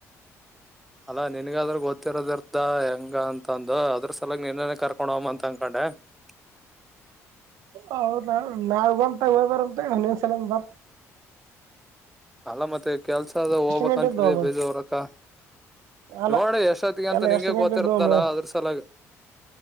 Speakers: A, in the centre; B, on the right.
A: ಅಲ್ಲಾ ನಿನ್ಗಾದ್ರ ಗೊತ್ತಿರೋದ ಇರ್ತ ಹೆಂಗ ಅಂತಂದು ಅದ್ರ ಸಲಗ್ ನಿನ್ನನೆ ಕರ್ಕೊಂಡ ಹೋಮ್ಮ್ ಅಂತ ಅನ್ಕೊಂಡೆ. <unintelligible>
B: ಹೌದಾ ನಾಳೆ ಬಂತ ಹೋಗಿ ಬರಂ ತೊಗೊ ನಿನ್ನ ಸಲ್ಯಂದ ಬರ್ತ್
A: ಅಲ್ಲ ಮತ್ತೆ ಕೆಲ್ಸ ಅದ ಹೋಗ್ಬಕ್ಂತಿದೀ
B: ಗಂಟೆದ್ದು ಅಮ್ಮ
A: ಬೀಜ ಉರಕ್ಕಾ.
B: ಅಲ್ಲ
A: ನೋಡ ಎಷ್ಟೊತ್ತಿಗೆ ಅಂತ
B: ಎಲ್ಲ
A: ನಿಂಗೆ
B: ಎಷ್ಟು ಗಂಟೆದ್ದು
A: ಗೊತ್ತಿರ್ತಲ್ಲ
B: ಅಮ್ಮ
A: ಅದ್ರ ಸಲಾಗ.